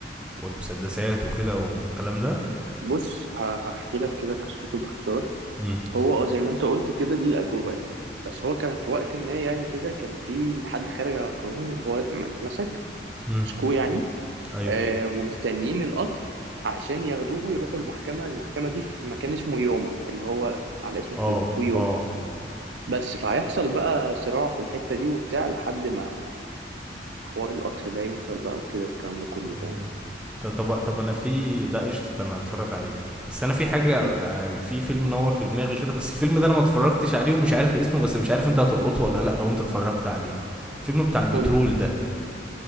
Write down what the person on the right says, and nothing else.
بص ه- هحكي لك كده قصته باختصار
هو اه زي ما انت قلت كده دي الاجواء بس هو كان في وقت ما يعني كده كان في حد خارج على القانون هو اتمسك
مسكوه يعني
آه، ومستنيين القطر عشان ياخدوه ويروحوا المحكمة المحكمة دي في مكان اسمه يوما اللي هو على اسم الفيلم
تو يوما
بس فهيحصل بقى صراع في الحتة دي وبتاع لحد ما حوار القطر ده يوصل بقى وكده والكلام ده كله
فاهم
مم.
قول لي